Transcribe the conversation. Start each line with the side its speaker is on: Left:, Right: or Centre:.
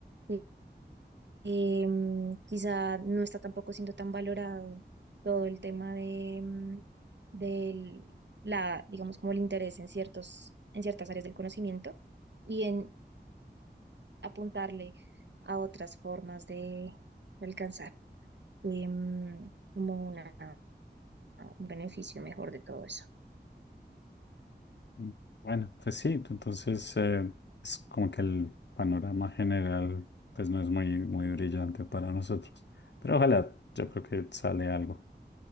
Right: Y- y, mm, quizá no está tampoco siendo tan valorado todo el tema de, mm, del, la, digamos, como el interés en ciertos, en ciertas áreas del conocimiento y en, apuntarle a otras formas de, de alcanzar em, como una, un beneficio mejor de todo eso.
Left: Mm, Bueno, pues sí, t- entonces eh, es como que el panorama general pues no es muy, muy brillante para nosotros, pero ojalá, yo creo que sale algo.